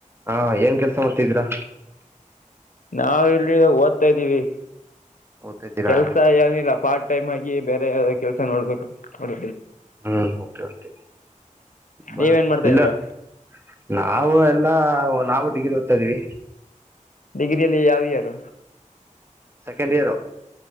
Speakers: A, on the right; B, on the left.
A: ಹಾ ಏನ್ ಕೆಲ್ಸ ಮಾಡ್ತಿದೀರಾ
B: ನಾವ ಇಲ್ಲಿ ಓದ್ತಾ ಇದ್ದೀವಿ
A: ಓದ್ತಾ ಇದ್ದೀರಾ
B: ಕೆಲ್ಸ ಏನಿಲ್ಲ ಪಾರ್ಟಿ ಟೈಮ್ ಆಗಿ ಬೇರೆ ಯ ಕೆಲಸ ನೋಡ್ಬೇಕು ನೋಡ
A: ಹ್ಮ್ ಕೆ ಕೆ ಬಾ
B: ನೀವೇನ್ ಮಾಡ್ತಾ
A: ಇಲ್ಲ
B: ಇದ್ದೀರಾ
A: ನ ನಾವು ಎಲ್ಲಾ ಒ ನಾವು ಡಿಗ್ರಿ ಓದ್ತ ಇದ್ವಿ
B: ಡಿಗ್ರಿಯಲ್ಲಿ ಯಾವ year
A: second year